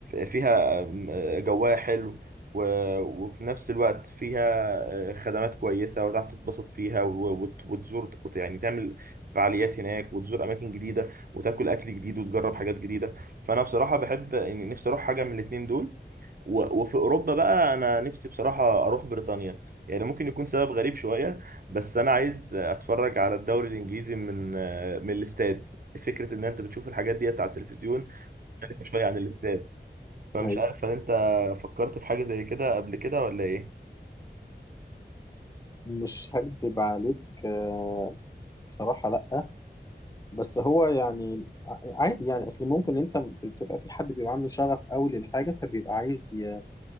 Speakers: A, on the right; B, on the left.
A: فيها آه، جواها حلو و- وفي نفس الوقت فيها آه، خدمات كويسة وتعرف تتبسط فيها و- وت- وتزور وت- يعني تعمل فعاليات هناك وتزور أماكن جديدة وتاكل أكل جديد وتجرب حاجات جديدة فأنا بصراحة بحب يعني نفسي أروح حاجة من الاتنين دول و- وفي اوروبا بقى انا نفسي بصراحه اروح بريطانيا يعني ممكن يكون سبب غريب شويه بس انا عايز اتفرج على الدوري الانجليزي من من الاستاد فكره ان انت بتشوف الحاجات ديت على التلفزيون مختلفه شويه عن الاستاد فمش
B: <laughs>
A: عارف هل انت فكرت في حاجه زي كده قبل كده ولا ايه
B: مش هكدب عليك آه، بصراحة لأ بس هو يعني ع- عادي يعني أصل ممكن أنت بتبقى في حد بيبقى عنده شغف قوي للحاجة فبيبقى عايز ي-